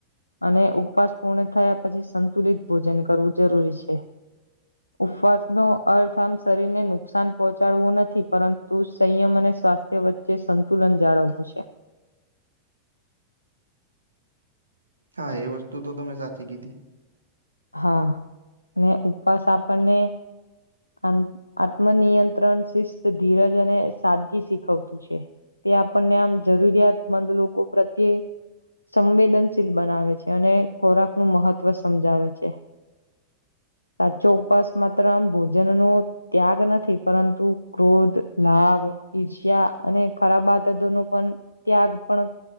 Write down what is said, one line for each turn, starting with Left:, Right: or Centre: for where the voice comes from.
Left: અને ઉપવાસ પૂર્ણ થયા પછી સંતુલિત ભોજન કરવું જરૂરી છે. ઉપવાસ ન અર્થ આામ શરીરને નુકસાન પહોંચાડવું નથી પરંતુ તું સંયમ અને સ્વાસ્થ્ય વચ્ચે સંતુલન જાળવવું છે.
Right: હા એ વસ્તુ તો તમે સાચી કીધી.
Left: હા અને ઉપવાસ આપણને અન્ત આત્મનિયંત્રણ શિસ્ત ધીરજ અને સાદગી શીખવતું છે. તે આપણને આમ જરૂરિયાતમંદ લોકો પ્રત્યે સંવેદનશીલ બનાવે છે. અને ખોરાકનું મહત્વ સમજાવે છે. <inaudible> સાચો ઉપસ માત્ર આમ ભોજન નો ત્યાગ નથી પરંતુ ક્રોધ, લાભ, ઈર્ષ્યા અને ખરાબ આદતો ન પણ ત્યાગ પણ